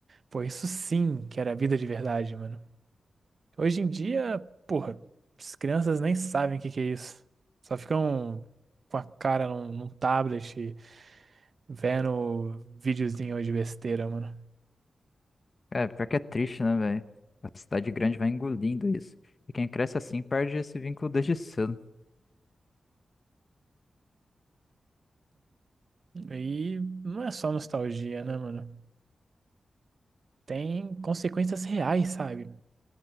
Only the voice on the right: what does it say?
Pô, isso sim que era vida de verdade, mano. Hoje em dia, porra, as crianças nem sabem o que que é isso. Só ficam com a cara num, num tablet, vendo videozinho de besteira, mano.
E não é só nostalgia, né, mano? Tem consequências reais, sabe?